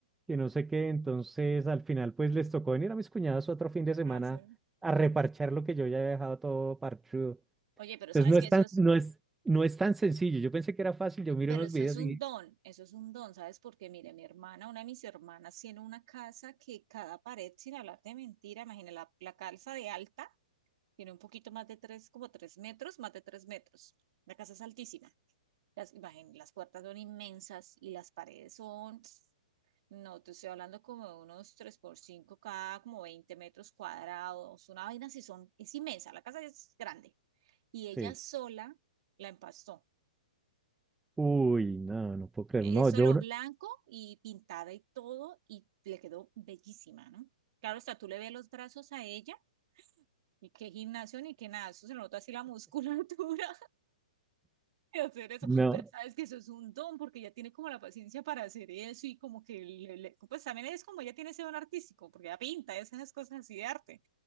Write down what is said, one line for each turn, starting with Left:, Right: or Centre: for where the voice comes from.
Centre: que no sé qué. Entonces al final pues les tocó venir a mis cuñados otro fin de semana
Right: Ah, sí.
Centre: a reparchar lo que yo ya había dejado todo parchudo.
Right: Oye, pero
Centre: Entonces
Right: sabes
Centre: no
Right: que
Centre: es
Right: eso
Centre: tan,
Right: es
Centre: no es, no es tan sencillo. Yo pensé que era fácil, yo miro
Right: Pero
Centre: unos
Right: eso
Centre: videos
Right: es un
Centre: y
Right: don, eso es un don, ¿sabes? Porque mire, mi hermana, una de mis hermanas tiene una casa que cada pared, sin hablar de mentira, imagina la, la calza de alta, tiene un poquito más de tres, como tres metros, más de tres metros. La casa es altísima. Las, imagín- las puertas son inmensas y las paredes son, no, te estoy hablando como de unos 3 por 5 cada, como 20 metros cuadrados, una vaina así son, es inmensa, la casa es grande. Y ella
Centre: sí.
Right: sola la empastó.
Centre: Uy, no, no puedo creerlo.
Right: eh,
Centre: No,
Right: es solo
Centre: yo no.
Right: blanco y pintada y todo, y le quedó bellísima, ¿no? Claro, hasta tú le ves los brazos a ella, y qué gimnasio ni qué nada, eso se nota así la musculatura <laughs> de hacer eso,
Centre: no.
Right: pero sabes que eso es un don, porque ella tiene como la paciencia para hacer eso, y como que, le- le- pues también es como ella tiene ese don artístico, porque ella pinta esas cosas así de arte.